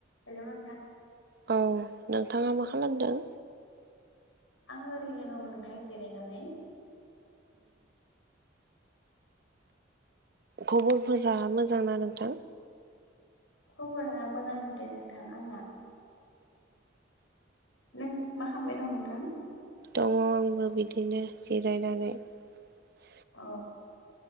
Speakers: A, on the left; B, on the right.
A: हेलौ नोंथां ।
B: औ नोंथाङा मा खालामदों?
A: आं ओरैनो दङ नोंथा जिरायनानै।
B: खबरफोरा मोजांना नोंथां?
A: खबरा मोजांथ' दे नोंथां आंना । नों मा खालामबाय दं नोंथां?
B: दङ आंबो बिदिनो जिरायनानै ।
A: औ।